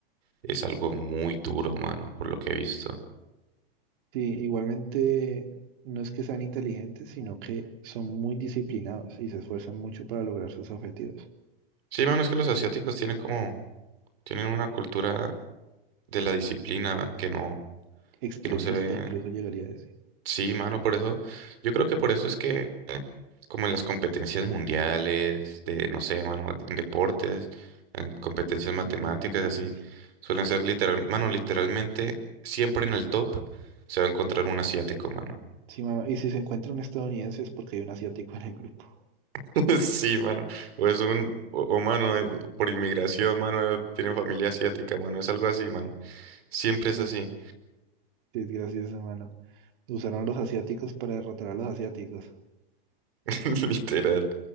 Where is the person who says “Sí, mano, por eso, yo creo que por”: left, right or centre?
Right